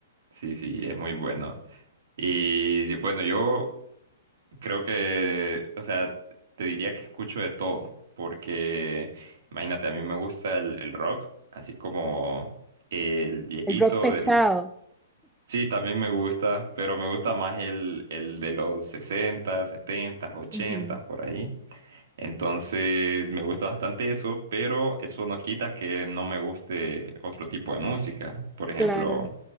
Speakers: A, on the right; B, in the centre.
A: Sí, sí, es muy bueno. Y bueno, yo Creo que, o sea, te diría que escucho de todo, porque imagínate, a mí me gusta el, el rock, así como el viejito
B: el rock pesado.
A: del... Sí, también me gusta, pero me gusta más el, el de los 60 70, 80,
B: Ujú,
A: por ahí. Entonces me gusta bastante eso, pero eso no quita que no me guste otro tipo de música. Por ejemplo,
B: claro.